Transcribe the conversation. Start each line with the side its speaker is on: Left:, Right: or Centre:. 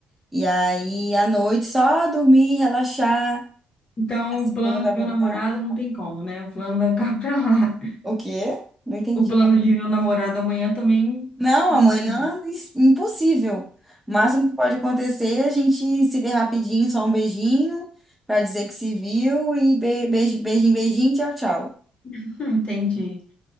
Centre: E aí à noite só dormir, relaxar.
Left: Então,
Centre: A segunda
Left: o plano
Centre: vai
Left: de
Centre: voltar.
Left: ver o namorado não tem como, né? O plano vai ficar <laughs> para lá.
Centre: O quê? Não entendi.
Left: O plano de ver o namorado amanhã também
Centre: Não,
Left: não
Centre: amanhã
Left: vai dar.
Centre: é is- impossível. O máximo que pode acontecer é a gente se ver rapidinho, só um beijinho, pra dizer que se viu e be- beijo, beijinho, beijinho, tchau, tchau.
Left: <laughs> Entendi.